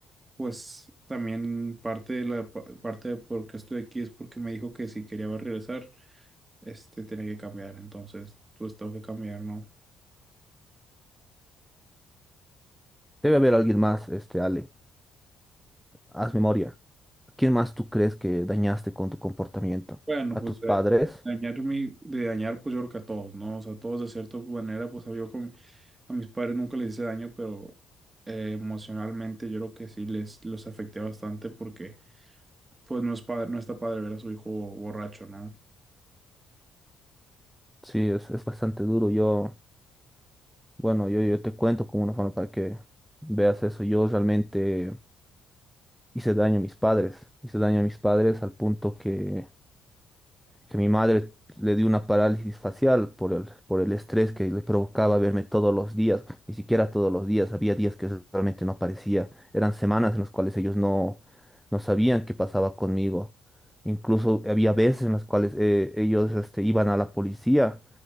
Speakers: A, on the right; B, in the centre.
A: pues también parte de la pa- parte de por qué estoy aquí es porque me dijo que si quería regresar. este tiene que cambiar, entonces pues tengo que cambiar, ¿no?
B: Debe haber alguien más, este, Ale. Haz memoria. ¿Quién más tú crees que dañaste con tu comportamiento?
A: Bueno,
B: ¿A
A: pues
B: tus
A: de
B: padres?
A: dañar mi, de dañar pues yo creo que a todos, ¿no? O sea, todos de cierta manera, pues yo con, a mis padres nunca les hice daño, pero eh, emocionalmente yo creo que sí les los afecté bastante porque pues no es padre, no está padre ver a su hijo borracho, ¿no?
B: Sí, es, es bastante duro. Yo, bueno, yo, yo te cuento como una forma para que veas eso. Yo realmente hice daño a mis padres. Hice daño a mis padres al punto que que mi madre le dio una parálisis facial por el, por el estrés que le provocaba verme todos los días, ni siquiera todos los días, había días que realmente no aparecía, eran semanas en las cuales ellos no, no sabían qué pasaba conmigo, incluso había veces en las cuales eh, ellos este, iban a la policía